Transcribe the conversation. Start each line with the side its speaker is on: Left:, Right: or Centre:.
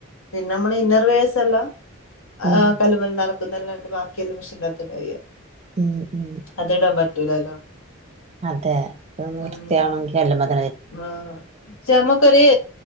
Left: പിന്നെ നമ്മളെ ഇന്നർ വേയേർസെല്ലാം
Right: ഉം
Left: എഹ് കല്ല് <unintelligible> ല്ലാംണ്ട് ബാക്കിയെല്ലാം മെഷീൻ്റാത്ത് ഇടാ ചെയ്യാ
Right: ഉം ഉം
Left: അത് ടാൻ പറ്റൂലല്ലോ.
Right: അതെ അത് വൃത്തിയാണെങ്കിൽ
Left: ഉം
Right: അല്ല് മത
Left: ആഹ് ജമക്കോര്